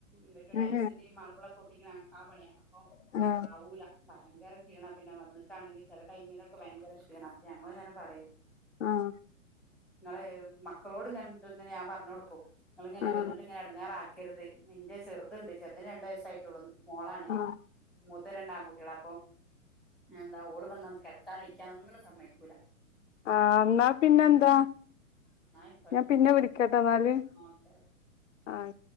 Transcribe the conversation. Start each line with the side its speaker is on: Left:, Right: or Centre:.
Centre: ഇവർക്ക്
Left: ഉം
Centre: ടൈൽസിന്റെ ഈ മാർബിളൊക്കെ ഒട്ടിക്കണ ആ പണിയാ അപ്പൊ
Left: ആഹ്
Centre: ആവൂല ഭയങ്കര ക്ഷീണാ പിന്നെ വന്നക്കാണെങ്കിൽ ചില ടൈമിലൊക്കെ ഭയങ്കരക്ഷീണാ അപ്പ ഞങ്ങൾ ഇങ്ങനെ പറയും
Left: ആഹ്
Centre: ഇങ്ങള് മക്കളോട് ഇങ്ങൻട്ട് ഇങ്ങനെ ഞാൻ പറഞ്ഞ് കൊടുക്കും ഇങ്ങളിങ്ങനെ
Left: ആഹ്
Centre: വന്നിട്ട് ഇങ്ങനെ എടങ്ങാറാ ക്കരുത് ഇന്റെ ചെറുതുണ്ട് ചെറുതിന് രണ്ടു വയസായിട്ടുള്ളൂ മോളാണെ മൂത്ത്
Left: ആഹ്
Centre: മൂത്ത രണ്ടാൺകുട്ടികളാ അപ്പൊ എന്താ ഓള് വന്നാ ഒന്ന് കെടക്കാനും ഇരിക്കാനൊന്നിനും സമ്മയിക്കൂല്ല
Left: ആഹ് ഇന്നാ പിന്നെ എന്താ
Centre: എന്നായിക്കോട്ടെ
Left: ഞാൻ
Centre: എന്നാ
Left: പിന്നെ
Centre: ശരി
Left: വിളിക്കട്ടാ എന്നാല്
Centre: ഓക്കെ ഓക്കെ
Left: ആഹ്